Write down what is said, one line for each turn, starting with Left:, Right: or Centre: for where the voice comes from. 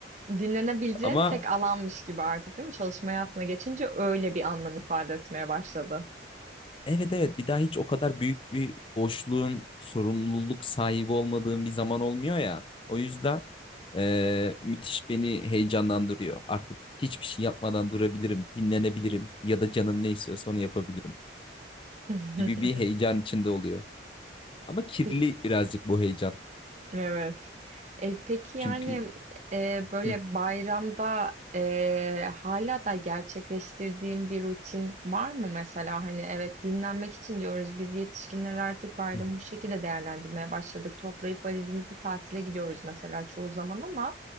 Right: Dinlenebileceğin
Left: Ama
Right: tek alanmış gibi artık değil mi? Çalışma hayatına geçince öyle bir anlam ifade etmeye başladı.
Left: Evet evet bir daha hiç o kadar büyük bir boşluğun sorumluluk sahibi olmadığım bir zaman olmuyor ya. O yüzden eee, müthiş beni heyecanlandırıyor. Artık hiçbir şey yapmadan durabilirim, dinlenebilirim ya da canım ne istiyorsa onu yapabilirim
Right: <laughs>
Left: gibi bir heyecan içinde oluyor. Ama kirli
Right: Peki
Left: birazcık bu heyecan.
Right: Evet. E, peki yani
Left: Çünkü
Right: e, böyle
Left: Hı,
Right: bayramda e, hala da gerçekleştirdiğim bir rutin var mı mesela? Hani evet dinlenmek için diyoruz biz yetişkinler artık bayramı
Left: hı.
Right: bu şekilde değerlendirmeye başladık. Toplayıp valizimizi tatile gidiyoruz mesela çoğu zaman ama